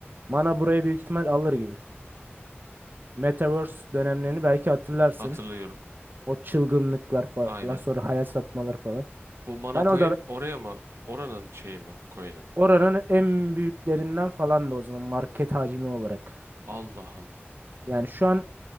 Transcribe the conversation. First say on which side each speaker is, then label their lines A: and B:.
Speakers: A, on the right; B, on the right.
A: Mana burayı büyük ihtimal alır gibi. Metaverse dönemlerini belki hatırlarsın.
B: Hatırlıyorum.
A: O çılgınlıklar falan
B: Aynen.
A: sonra hayal satmaları falan.
B: Bu mana
A: Ben o
B: coin
A: da
B: oraya mı? Oranın şeyi mi? Coin'i mi?
A: oranın en büyüklerinden falan da o zaman market hacmi olarak.
B: Allah Allah.
A: Yani şu an